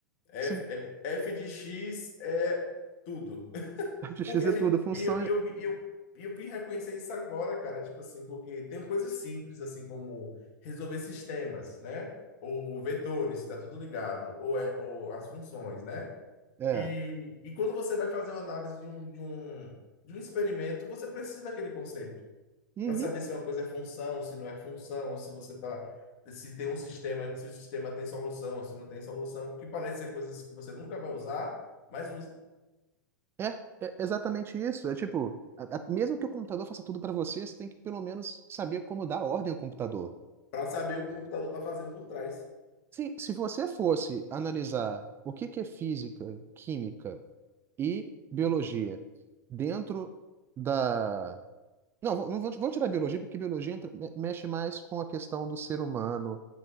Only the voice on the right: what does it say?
<laughs>
x
é
tudo, função
é.
É.
Uhum.
É, é exatamente isso. É tipo, a- a- mesmo que o computador faça tudo para você, você tem que pelo menos saber como dar ordem ao computador.
Se, se você fosse analisar o que que é física, química e biologia dentro da. Não, vou, não vou, vou tirar a biologia, porque biologia entra- me- mexe mais com a questão do ser humano